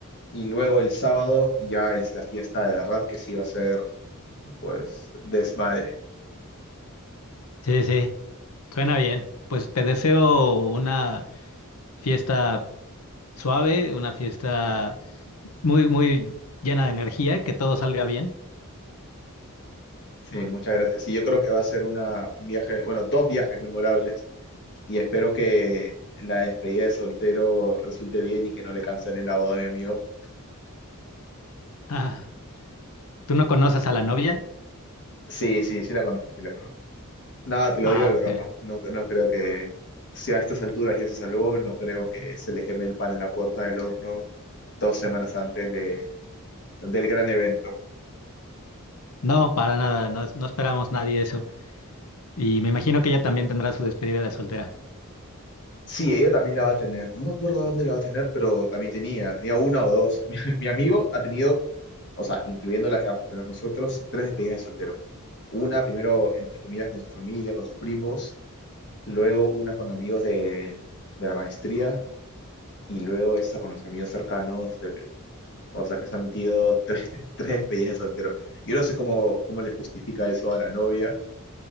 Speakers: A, on the left; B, on the left.
A: Y luego el sábado ya es la fiesta de verdad, que sí va a ser, pues, desmadre.
B: Sí, sí, suena bien. Pues te deseo una fiesta suave, una fiesta muy, muy llena de energía, que todo salga bien.
A: Sí, muchas gracias. Sí, yo creo que va a ser una, un viaje, bueno, dos viajes memorables. Y espero que la despedida de soltero resulte bien y que no le cancelen la boda a mi amigo.
B: <laughs> ¿Tú no conoces a la novia?
A: Sí, sí, sí la conozco, sí la conozco. No, te lo
B: Ah,
A: digo de
B: ok.
A: broma. No, no creo que, si a estas alturas ya se salvó, no creo que se le queme el pan en la puerta del horno dos semanas antes de, del gran evento.
B: No, para nada, no, es- no esperamos nadie eso. Y me imagino que ella también tendrá su despedida de soltera.
A: Sí, ella también la va a tener. No me acuerdo dónde la va a tener, pero también tenía. Tenía una o dos. <laughs> Mi, mi amigo ha tenido, o sea, incluyendo la que vamos a tener nosotros, tres despedidas de soltero. Una primero, entre comillas, con su familia, con sus primos. Luego una con amigos de, de la maestría. Y luego esta con los amigos cercanos de Perú. O sea, que se ha metido tres, <laughs> tres despedidas de soltero. Yo no sé cómo, cómo le justifica eso a la novia,